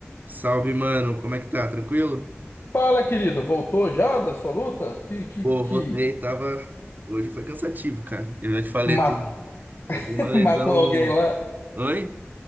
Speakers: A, on the right (about 40°); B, on the left (about 50°).
A: Salve, mano. Como é que tá? Tranquilo?
B: Fala, querido, voltou já da sua luta? Que, que,
A: Pô,
B: que
A: voltei, tava. Hoje foi cansativo, cara. Eu já te falei,
B: ma-
A: eu tenho,
B: <laughs>
A: eu tenho uma lesão
B: matou alguém
A: no.
B: lá?
A: Oi?